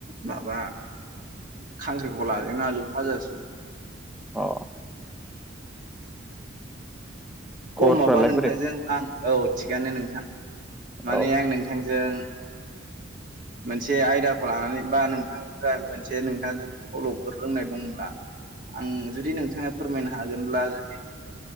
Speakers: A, on the right; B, in the centre.
A: माबा खांख्रिखलाजों आलु फाजासोमोन
B: अ खबरफ्रालाय
A: औ माबा नोंथांजों
B: बोरै?
A: आं औ थिगानो नोंथां माने
B: औ
A: आं नोंथांजों मोनसे आयदाखौ लानानै बा नोंथांनिफ्राय मोनसे नोंथाङा जुदि सल'फोर रोंनाय दंब्ला आं जुदि नोंथाङा फोरमायनो हागोनब्ला जुदि